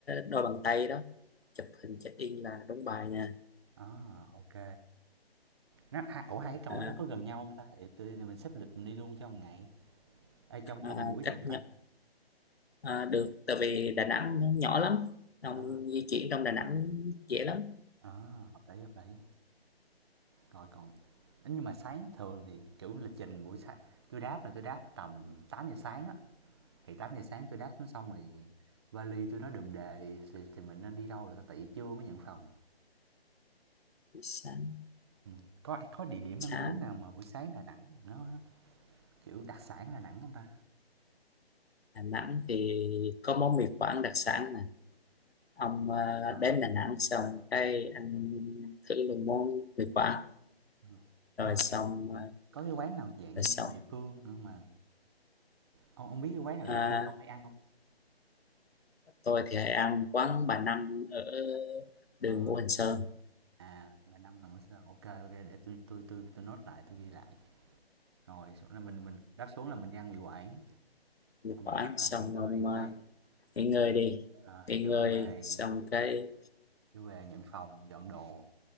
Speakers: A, on the left (about 70°); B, on the right (about 25°).
A: đôi bàn tay đó, chụp hình check in là đúng bài nha.
B: ờ à, ok nó ha- ủa hai cái cầu
A: À,
B: nó có gần nhau không ta thì tôi, mình xếp lịch mình đi luôn trong ngày ở trong trong
A: à,
B: buổi
A: cách
B: được không ta
A: nhận à, được tại vì Đà Nẵng nó nhỏ lắm ông
B: đó
A: di chuyển trong Đà Nẵng dễ lắm
B: ờ hợp lý hợp lý Rồi còn ấy, nhưng mà sáng thường thì, kiểu, lịch trình buổi sáng tôi đáp là tôi đáp tầm tám giờ sáng á, thì tám giờ sáng tôi đáp xuống xong rồi vali tôi nó đùm đề thì thì thì mình nên đi đâu là tại vì trưa mới nhận phòng.
A: sáng
B: Ừm, có có địa điểm
A: sáng
B: ăn uống nào mà buổi sáng Đà Nẵng mà nó, kiểu, đặc sản Đà Nẵng không ta?
A: Đà Nẵng thì có món mì Quảng đặc sản nè ông
B: Đi quẩy
A: à,
B: ờ,
A: đến Đà Nẵng xong cái ăn thử luôn món mì Quảng
B: ờ.
A: rồi
B: Ơ, mà
A: xong
B: có
A: à,
B: có cái quán nào dạng
A: rồi xong
B: như địa phương nữa mà ông ông biết cái quán nào
A: à,
B: địa phương ông hay ăn không?
A: tôi thì hay ăn quán bà Năm ở đường
B: Ờ,
A: Ngũ Hành Sơn
B: à, là năm lần ở Sài ok Ô để tôi tôi tôi tôi note lại, tôi ghi lại. rồi là mình mình đáp xuống là mình đi ăn mì quảng
A: mì
B: xong
A: Quảng
B: rồi chắc
A: xong
B: là nghỉ ngơi
A: ông
B: một
A: à,
B: tí
A: nghỉ ngơi đi
B: à,
A: nghỉ
B: trưa
A: ngơi
B: về
A: xong cái
B: chưa về nhận phòng dọn đồ